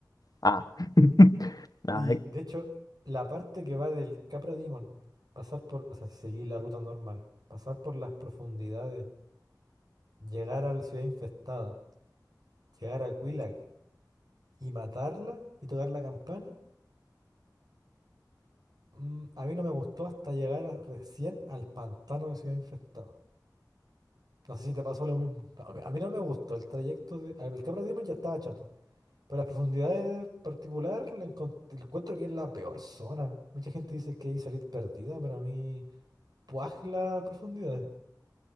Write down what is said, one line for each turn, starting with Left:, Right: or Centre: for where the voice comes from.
Left: Ah. <laughs> Nah,
Right: Y de hecho, la parte que va del Capra Demon, pasar por, o sea, seguir la ruta normal, pasar por las profundidades, llegar a la ciudad infestada, llegar a Quilac y matarla y tocar la campana, mm, a mí no me gustó hasta llegar a- recién al pantano de ciudad infestada. No sé si te pasó lo mismo. A mí, a mí no me gustó el trayecto de... a ver, El Capra Demon ya estaba chato. Pero las profundidades en particular, la encont- encuentro que es la peor zona. Mucha gente dice que hay salir perdida, pero a mí... puaj la profundidad.